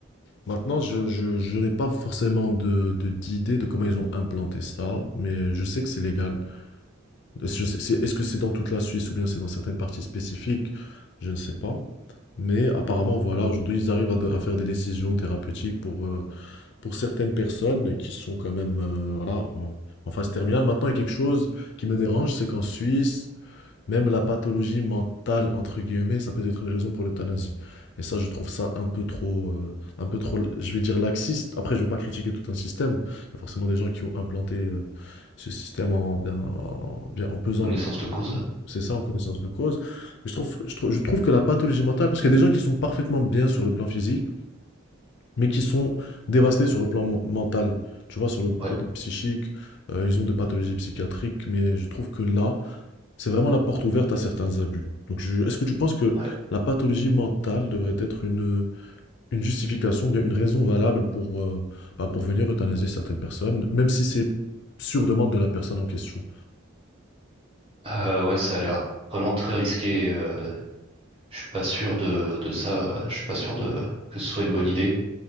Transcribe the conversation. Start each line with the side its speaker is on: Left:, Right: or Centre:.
Left: maintenant, je, je- je n'ai pas forcément de, de- d'idée de comment ils ont implanté ça, mais je sais que c'est légal. Je sais- c'est- Est-ce que c'est dans toute la Suisse ou bien c'est dans certaines parties spécifiques? Je ne sais pas. Mais apparemment, voilà, aujourd'hui, ils arrivent à, de- à faire des décisions thérapeutiques pour, euh, pour certaines personnes qui sont quand même euh, voilà, en, en phase terminale. Maintenant, il y a quelque chose qui me dérange, c'est qu'en Suisse, même la pathologie «mentale» entre guillemets, ça peut être une raison pour l'euthanasie et ça, je trouve ça un peu trop, heu, un peu trop je vais dire laxiste. Après, je ne vais pas critiquer tout un système. Il y a forcément des gens qui ont implanté, heu, ce système en bien en bien en pesant
Right: Connaissance
Left: le
Right: de cause. euh,
Left: c'est ça, en connaissance de cause. Mais je trouve je trouve je trouve que la pathologie mentale parce qu'il y a des gens qui sont parfaitement bien sur le plan physique, mais qui sont dévastés sur le plan men mental. Tu vois? Sur le côté
Right: Ouais,
Left: psychique, heu, ils ont des pathologies psychiatriques, mais je trouve que là, c'est vraiment la porte ouverte à certains abus. Donc je est-ce que tu penses que
Right: ouais.
Left: la pathologie mentale devrait être une, une justification bien une raison valable pour, heu, bah, pour venir euthanasier certaines personnes, même si c'est sur demande de la personne en question?
Right: Euh, ouais, ça a l'air vraiment très risqué. euh, je suis pas sûr de, de ça. Je suis pas sûr de que ce soit une bonne idée.